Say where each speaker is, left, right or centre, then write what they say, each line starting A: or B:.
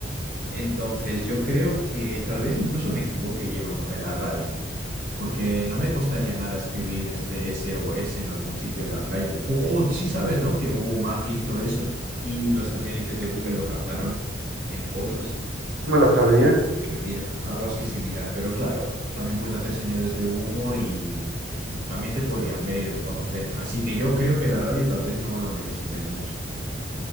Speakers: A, on the right; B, on the right.
A: Entonces yo creo que tal vez incluso me equivoque llevándome la radio, porque no me costaría nada escribir este S o S en algún sitio de la playa. O o sí sabes, ¿no? Que hubo un man que hizo eso y los satélites de Google lo captaron en fotos.
B: No me la sabía.
A: Pues mira, algo así similar, pero claro, también puedes hacer señales de humo y también te podrían ver y reconocer. Así que yo creo que la radio tal vez no lo necesite mucho.